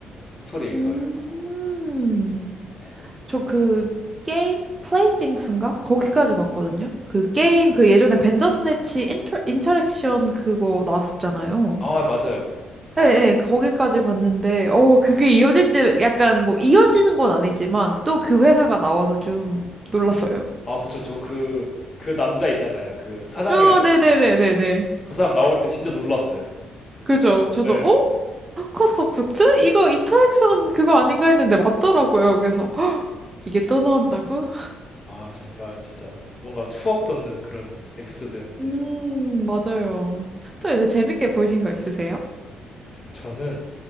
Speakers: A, on the left (about 35°); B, on the right (about 25°).
A: 스토리일
B: 음,
A: 거예요 아마도. 네.
B: 저 그 게임 플레이띵스인가? 거기까지 봤거든요. 그 게임 그 예전에 벤더스네치 인터, 인터랙션 그거 나왔었잖아요.
A: 아, 맞아요. 아,
B: 네, 네,
A: 그,
B: 거기까지 봤는데, 어, 그게 이어질지 약간 뭐 이어지는 건 아니지만 또 그 회사가 나와서 좀 놀랐어요.
A: 아, 그쵸. 저 그, 그 남자 있잖아요. 그 사장이랑
B: 어, 네네네네네.
A: 그 사람 나올 때 진짜 놀랐어요.
B: 그죠? 저도
A: 네.
B: 어? 타카 소프트? 이거 인터랙션 그거 아닌가 했는데 맞더라고요. 그래서 헉, 이게 또 나온다고?
A: 아, 정말 진짜 뭔가 추억 돋는 그런 에피소드였는데.
B: 음, 맞아요. 또 요새 재밌게 보신 거 있으세요?
A: 저는,